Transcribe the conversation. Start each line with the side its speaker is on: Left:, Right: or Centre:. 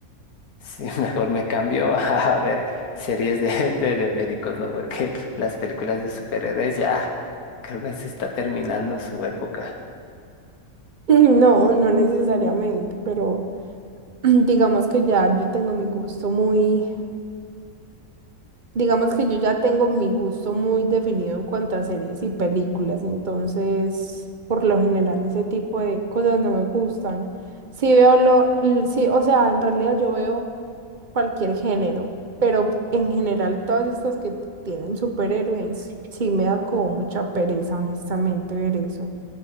Left: si <laughs> mejor me cambio <laughs> a a ver series de, de, de médicos, ¿no? Porque las películas de superhéroes ya creo que se está terminando su época.
Right: No, no necesariamente, pero <clears throat> digamos que ya yo tengo mi gusto muy... Digamos que yo ya tengo mi gusto muy definido en cuanto a series y películas, entonces por lo general ese tipo de cosas no me gustan. Sí veo lo, l- sí, o sea, en realidad yo veo cualquier género, pero en general todas estas que tienen superhéroes, sí me da como mucha pereza, honestamente, ver eso.